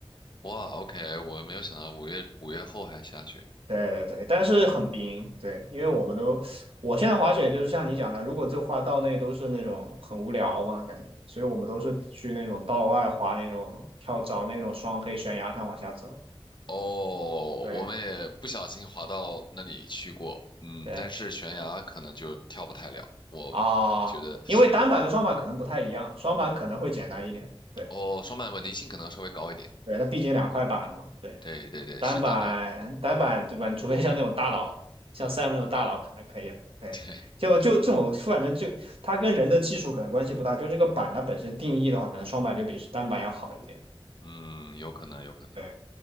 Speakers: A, on the left; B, on the right.
A: 哇，OK，我没有想到五月五月后还下雪，
B: 对对对，但是很冰，对，因为我们都，我现在滑雪就是像你讲的，如果就滑道内都是那种很无聊嘛，感觉，所以我们都是去那种道外滑那种跳找那种双黑悬崖上往下走。
A: 哦，
B: 对
A: 我们也不小心滑到那里去过，嗯，
B: 对
A: 但是悬崖可能就跳不太了。我我觉得，
B: 啊，因为单板跟双板可能不太一样，双板可能会简单一点，对
A: 哦，双板稳定性可能稍微高一点。
B: 对，那毕竟两块板嘛。对。
A: 对对对，
B: 单板单板对吧？
A: 是单板，
B: 你除非像那种大佬，像 Sam 那种大佬可能可以。
A: <laughs>
B: 对，
A: 对，
B: 就就这种，反正就它跟人的技术可能关系不大，就这个板它本身定义的话，可能双板就比单板要好一点。
A: 嗯，有可能，有可能
B: 对，